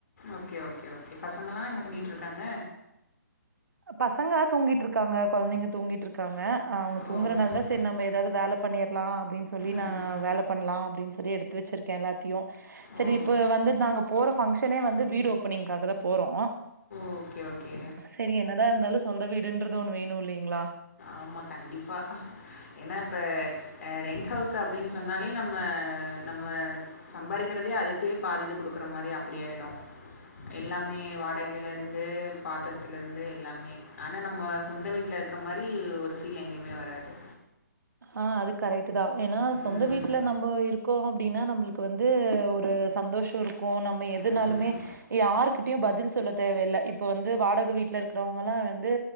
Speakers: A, on the left; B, on the right.
A: ஓகே ஓகே ஓகே பசங்கள்லா என்ன பண்ணிட்டு இருக்காங்க
B: பசங்க தூங்கிட்டு இருக்காங்க கொழந்தைங்க தூங்கிட்டு இருக்காங்க அவுங்க
A: ஓ
B: தூங்குறனால
A: ஸ்-
B: தா சேரி நம்ம ஏதாவது வேல பண்ணிர்லா அப்டின்னு சொல்லி
A: ம்
B: நா வேல பண்லா அப்டின்னு சொல்லி எடுத்து வச்சிருக் க எல்லாத்தையு செரி
A: ஓ
B: இப்ப வந்து நாங்க போற ஃபங்க்ஷனே வந்து வீடு ஓப்பனிங்க்காகதா போறோ
A: ஓகே ஓகே
B: செரி என்னதா இருந்தாலு சொந்த வீடுன்றது ஒன்று வேணு இல்லிங்களா
A: ஆமா கண்டிப்பா ஏன்னா இப்ப ஆ ரெண்ட ஹவுஸ் அப்டின்னு சொன்னாலே நம்ம நம்ம சம்பாரிக்கிறதே அதுக்கே பாதி இது குடுக்குற மாரி அப்டியாயிடு எல்லாமே வாடகையில இருந்து பாத்திரத்துல இருந்து எல்லாமே ஆனா நம்ம சொந்த வீட்ல இருக்க மாரி அப்டி ஒரு ஃபீல் எங்கியுமே வராது
B: ஆ அது கரெக்ட் தா ஏன்னா சொந்த
A: ம்
B: வீட்ல நம்ம இருக்கோ அப்டின்னா நம்பளுக் கு வந்து ஒரு சந்தோஷ இருக்கு நம்ம எதுனாலுமே
A: ம்
B: யாருகிட்டயு பதில் சொல்லத் தேவையில்ல இப்ப வந்து வாடகை வீட்ல இருக்கிறவங்களா வந்து